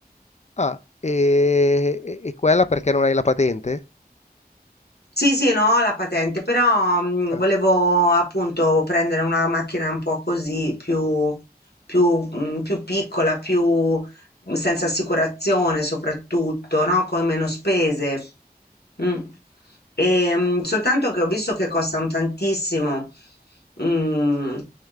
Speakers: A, on the left; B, on the left.
A: Ah, e, e- e quella perché non hai la patente?
B: Sì, sì, no, ho la patente, però mh,
A: Ah,
B: volevo appunto prendere una macchina un po' così, più, più, mh, più piccola, più mh, senza assicurazione soprattutto, no? Con meno spese. Mm. E, mh, soltanto che ho visto che costano tantissimo. Mm,